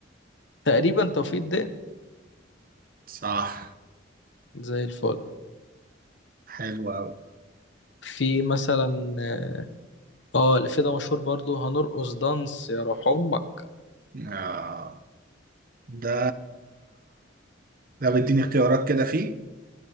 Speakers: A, on the left; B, on the right.
A: تقريبا توفيق الدقن
B: صح
A: زي الفل
B: حلو قوي
A: في مثلا اه آه، اللي في ده مشهور برضو هنرقص دانس يا روح امك
B: آه، ده ده بيديني اختيارات كده فيه